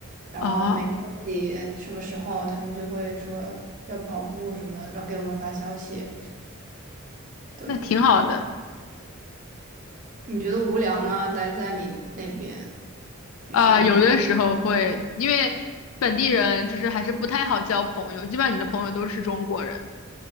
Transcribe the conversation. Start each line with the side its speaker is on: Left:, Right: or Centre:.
Right: 然后每周几什么时候他们就会说要跑步什么，
Left: 啊，哦
Right: 然后给我们发消息。对，
Left: 那挺好的。
Right: 你觉得无聊吗？待在你那边学校里？
Left: 啊，有的时候会，因为本地人就是还是不太好交朋友，基本上你的朋友都是中国人。